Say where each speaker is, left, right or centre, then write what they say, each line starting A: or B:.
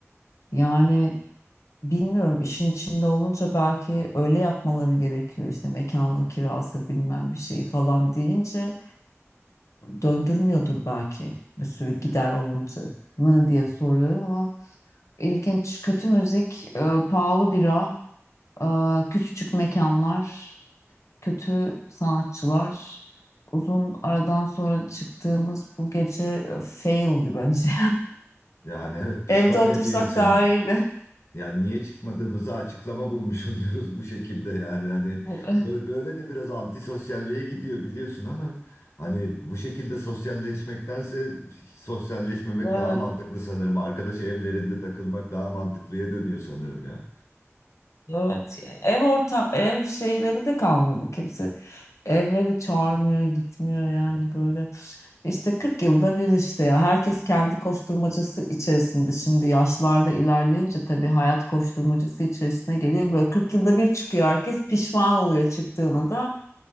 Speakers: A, on the left (about 80°); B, on the left (about 65°).
A: yani bilmiyorum işin içinde olunca belki öyle yapmaları gerekiyor işte mekanın kirası bilmem bir şey falan deyince döndürmüyordur belki bir sürü gider alındı mı diye soruyorum ama ilginç kötü müzik, e, pahalı bira, e, küçücük mekanlar, kötü sanatçılar. Uzun aradan sonra çıktığımız bu gece e, faildi bence.
B: Yani
A: <laughs>
B: evet pişman
A: Evde otursak
B: ediyor insanı.
A: daha iyiydi.
B: Yani niye çıkmadığımızı açıklama bulmuş <laughs> oluyoruz bu şekilde yani hani
A: <laughs>
B: bö- böyle de biraz antisosyalliğe gidiyor biliyorsun ama hani bu şekilde sosyalleşmektense hiç sosyalleşmemek
A: Evet,
B: daha mantıklı sanırım. Arkadaş evlerinde takılmak daha mantıklıya dönüyor sanırım ya.
A: evet. Ev orta ev şeyleri de kalmadı kimse. Eve de çağırmıyor, gitmiyor yani böyle. İşte 40 yılda bir işte ya herkes kendi koşturmacası içerisinde şimdi yaşlarda ilerleyince tabii hayat koşturmacası içerisine geliyor. Böyle 40 yılda bir çıkıyor herkes pişman oluyor çıktığına da